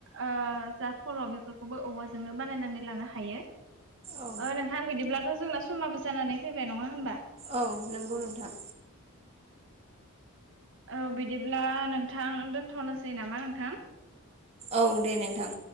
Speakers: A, on the right (about 55°); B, on the right (about 30°).
A: ओ जा फल' बेफोरखौबो औवाजोंनो बानायनानै लानो हायो। ओ
B: औ
A: नोंथां बिदिब्लाथ' जोंना समाबो जानानै फैबाय नङा होमबा?
B: औ नोंगौ नोंथां।
A: औ बिदिब्ला नोंथां दोनथ'नोसै नामा नोंथां।
B: औ दे नोंथां।